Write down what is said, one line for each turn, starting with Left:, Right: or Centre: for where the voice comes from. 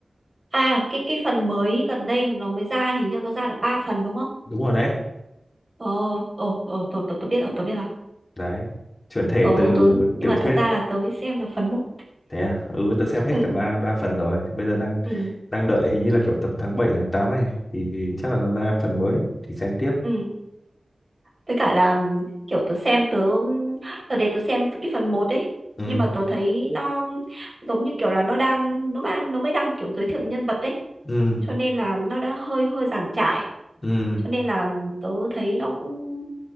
Right: à cái cái phần mới gần đây mà nó mới ra hình như nó ra được 3 phần đúng không
Left: đúng rồi đấy
Right: Ồ, ồ, ồ, tớ, tớ, tớ biết rồi, tớ biết rồi.
Left: đấy chuyển thể
Right: Tớ,
Left: từ
Right: tớ, nhưng
Left: tiểu
Right: mà
Left: thuyết
Right: thật ra là tớ mới xem được phần một.
Left: thế à ừ tớ xem hết
Right: Ừ,
Left: cả ba ba phần rồi thì bây giờ đang
Right: ừ,
Left: đang đợi hình như là kiểu tầm tháng 7 tháng 8 này thì chắc là nó ra phần mới thì xem tiếp
Right: ừ. Với cả là ừm, kiểu tớ xem, tớ, tớ để tớ xem cái phần một ấy.
Left: ừ
Right: Nhưng mà tớ thấy nó giống như kiểu là nó đang, nó mà, nó mới đang kiểu giới thiệu nhân vật ấy.
Left: ừ
Right: Cho nên là nó đã hơi, hơi giản trải.
Left: ừ
Right: Cho nên là tớ thấy nó cũng